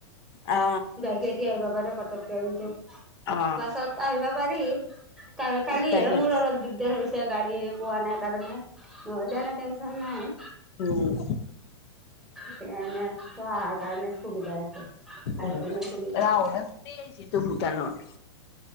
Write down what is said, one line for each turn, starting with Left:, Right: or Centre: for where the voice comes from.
Left: আ।
Centre: বাইক দি আহিব পাৰে পটকে ইন্তু
Left: অ
Centre: বাছত আহিব পাৰি। কালিহে
Left: টাইপ লাগ
Centre: মোৰ অলপ দিগদাৰ হৈছে গাড়ী পোৱা নাই কাৰণে। অ লেনে তেনশন নাই।
Left: উম।
Centre: তেনে চোৱা কাৰণে সুবিধা আছে। আহি
Left: উম,
Centre: কিনে ফুৰি যাবি
Left: ৰাহলে ফুৰি আহাইছে তো ভূটানৰ।